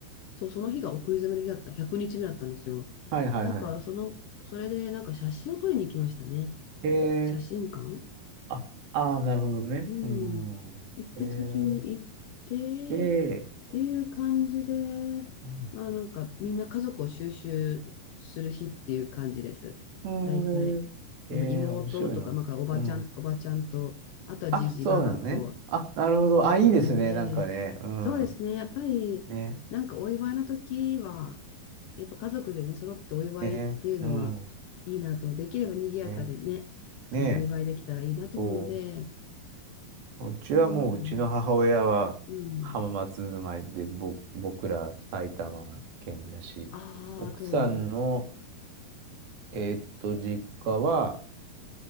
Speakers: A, on the left; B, on the right.
A: そう、その日がお食い初めの日だった、100日目だったんですよ。
B: はいはいはい。
A: だから、その、それでなんか写真を撮りに行きましたね。
B: えー
A: 写真館
B: あ、あーなるほどね。
A: うん。
B: うん。
A: 行って取りに行ってっ
B: ええで、
A: ていう感じで、
B: うん。
A: まあなんかみんな家族を収集する日っていう感じです。
B: うん、
A: 大体。
B: えーえー面白いな。
A: あの妹とか、なんかおばちゃん、
B: うん。
A: おばちゃんと、あとはじじばばと
B: あ、そうなのね。あ、なるほど。
A: 呼んで、
B: あ、いいですね。なんかね。うん。
A: そうですね。やっぱりなんかお祝いの時は、
B: ね。
A: やっぱ家族でね、揃ってお祝いっていうのはいいなと、
B: ね。うん。
A: できれば賑やかでね、
B: ね。ね。
A: あのお祝いできたらいいなと思うので、
B: そう。うちはもう、
A: まあまだね。
B: うちの母親は浜松住まいで、
A: うん。
B: ぼ、僕ら埼玉県だし、
A: ああ、
B: 奥さんの、
A: 遠い。
B: えーっと、実家は